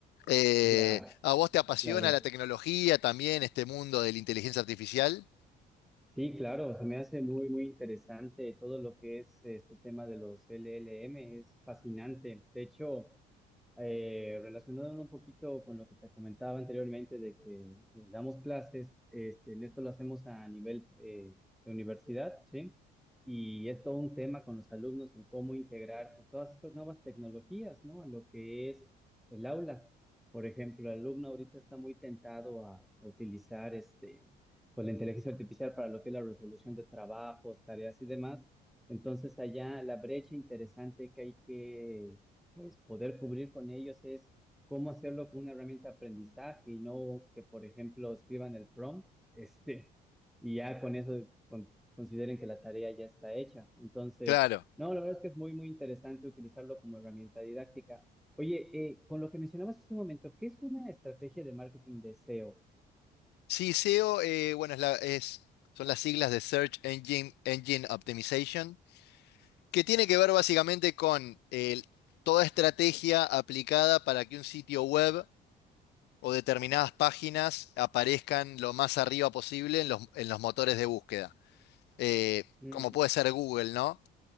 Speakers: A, on the left (about 80°); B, in the centre.
A: Eh,
B: Ya,
A: ¿a vos te apasiona
B: claro.
A: la tecnología también, este mundo de la inteligencia artificial?
B: Sí, claro, se me hace muy, muy interesante todo lo que es este tema de los LLM, es fascinante. De hecho, eh, relacionándolo un poquito con lo que te comentaba anteriormente de que damos clases, este, en esto lo hacemos a nivel eh, de universidad, ¿sí? Y es todo un tema con los alumnos, el cómo integrar pues, todas estas nuevas tecnologías, ¿no? A lo que es el aula. Por ejemplo, el alumno ahorita está muy tentado a utilizar este pues la inteligencia artificial para lo que es la resolución de trabajos, tareas y demás. Entonces, allá la brecha interesante que hay que pues poder cubrir con ellos es cómo hacerlo con una herramienta de aprendizaje y no que, por ejemplo, escriban el prompt, este, y ya con eso con- consideren que la tarea ya está hecha. Entonces,
A: Claro.
B: no, la verdad es que es muy, muy interesante utilizarlo como herramienta didáctica. Oye, eh, con lo que mencionabas hace un momento, ¿qué es una estrategia de marketing de SEO?
A: Sí, SEO, eh, bueno, es la- es- son las siglas de Search Engine, Engine Optimization, que tiene que ver básicamente con eh, toda estrategia aplicada para que un sitio web o determinadas páginas aparezcan lo más arriba posible en los, en los motores de búsqueda. Eh,
B: Mm,
A: como puede ser Google, ¿no?